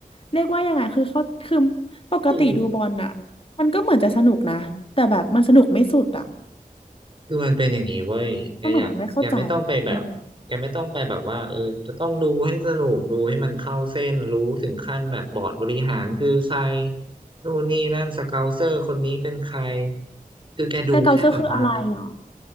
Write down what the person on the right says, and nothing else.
คือ
คือมันเป็นอย่างนี้เว้ยแกอยากแกไม่ต้องไปแบบแกไม่ต้องไปแบบว่าเออจะต้องดูให้สนุกดูให้มันเข้าเส้นรู้ถึงขั้นแบบบอร์ดบริหารคือใคร
นู่นนี่นั่นสเกาเซอร์คนนี้เป็นใครคือแกดูแค่แบบว่า